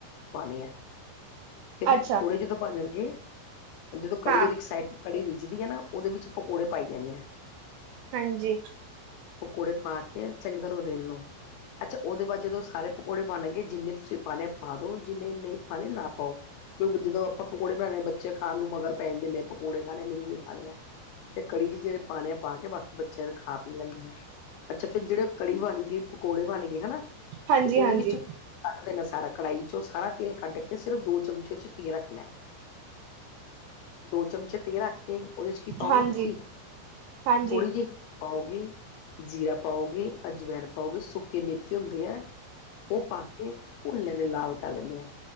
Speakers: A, on the left (about 75°); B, on the right (about 85°).
A: ਪਾਉਣੇ ਆ ਫਿਰ
B: ਅੱਛਾ
A: ਪਕੌੜੇ ਜਦੋਂ ਬਣ ਜਾਣਗੇ, ਜਦੋਂ ਕੜੀ
B: ਹਾਂ
A: ਉਹਦੀ ਇੱਕ ਸਾਈਡ ਕੜੀ ਰਿੱਝਦੀ ਆ ਨਾ ਉਹਦੇ ਵਿੱਚ ਪਕੌੜੇ ਪਾਈ ਜਾਂਣੇ ਐ।
B: ਹਾਂਜੀ
A: ਪਕੌੜੇ ਪਾ ਕੇ ਚੰਗੀ ਤਰ੍ਹਾਂ ਉਹਨੂੰ ਰਿੰਨ ਲੋ। ਅੱਛਾ ਉਹਦੇ ਬਾਅਦ ਜਦੋਂ ਸਾਰੇ ਪਕੌੜੇ ਬਣਗੇ ਜਿੰਨੇ ਤੁਸੀਂ ਪਾਉਣੇ ਪਾ ਦਿਓ ਜਿੰਨੇ ਨਹੀਂ ਪਾਉਣੇ ਨਾ ਪਾਓ। ਕਿਉਂਕ ਜਦੋਂ ਆਪਾਂ ਪਕੌੜੇ ਬਣਾਉਣੇ ਆ ਬੱਚੇ ਖਾਣ ਨੂੰ ਮਗਰ ਪੈ ਜਾਂਦੇ ਮੈਂ ਪਕੌੜੇ ਖਾਣੇ ਮੈਨੇ ਵੀ ਖਾਣੇ ਆ। ਤੇ ਕੜੀ ਚ ਜਿਹੜੇ ਪਾਣੇ ਪਾ ਕੇ ਬਾਕੀ ਬੱਚਿਆਂ ਨੂੰ ਖਾ ਪੀ ਲੈਂਦੇ ਆ। ਅੱਛਾ ਫਿਰ ਜਿਹੜੇ ਕੜੀ ਬਣ ਗਈ ਪਕੌੜੇ ਬਣ ਗਏ, ਹਨਾ।
B: ਹਾਂਜੀ
A: ਤੇ ਉਹਦੇ
B: ਹਾਂਜੀ
A: ਵਿੱਚੋਂ ਕੱਢ ਦੇਣਾ ਸਾਰਾ ਕੜਾਹੀ ਚ ਉਹ ਸਾਰਾ ਤੇਲ ਕੱਢ ਕੇ ਸਿਰਫ ਦੋ ਚਮਚੇ ਚ ਤੇ ਰੱਖਣਾ ਦੋ ਚਮਚੇ ਤੇਲ ਰੱਖ ਕੇ ਉਹਦੇ ਚ ਕੀ ਪਾਓਗੇ
B: ਹਾਂਜੀ
A: ਤੁਸੀਂ
B: ਹਾਂਜੀ
A: ਥੋੜ੍ਹੀ ਜਿਹੀ ਪਾਓਗੇ ਜ਼ੀਰਾ ਪਾਓਗੇ, ਅਜਵੈਣ ਪਾਓਗੇ, ਸੁੱਕੇ ਮੇਥੀ ਹੁੰਦੀ ਹੈ <inaudible> ਉਹ ਪਾ ਕੇ ਭੁੰਨ ਲੈਂਦੇ ਲਾਲ ਕਰ ਲੈਣੇਆ